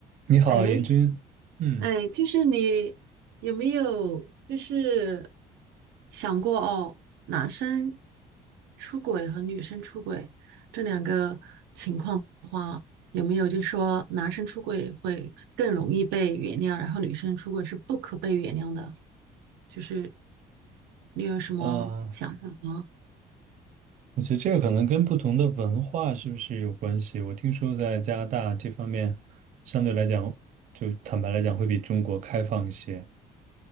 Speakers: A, on the right (about 45°); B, on the right (about 85°).
A: 你好，
B: 哎
A: 严军。嗯，
B: 哎，就是你有没有就是想过哦，男生出轨和女生出轨这两个情况的话，有没有就是说男生出轨会更容易被原谅，然后女生出轨是不可被原谅的？就是你有什么想法吗？
A: 啊，我觉得这个可能跟不同的文化是不是有关系？我听说在加拿大这方面，相对来讲，就坦白来讲，会比中国开放一些。